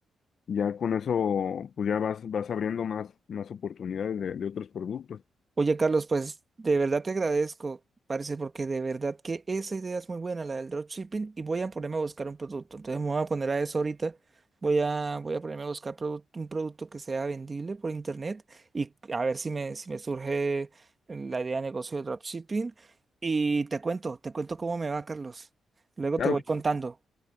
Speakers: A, on the left; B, on the right.
A: Ya con eso, pues ya vas, vas abriendo más, más oportunidades de, de otros productos.
B: Oye, Carlos, pues de verdad te agradezco, parece, porque de verdad que esa idea es muy buena, la del dropshipping, y voy a ponerme a buscar un producto. Entonces me voy a poner a eso ahorita. Voy a, voy a ponerme a buscar produ- un producto que sea vendible por internet y a ver si me, si me surge la idea de negocio de dropshipping. Y te cuento, te cuento cómo me va, Carlos. Luego
A: Claro
B: te voy
A: que,
B: contando.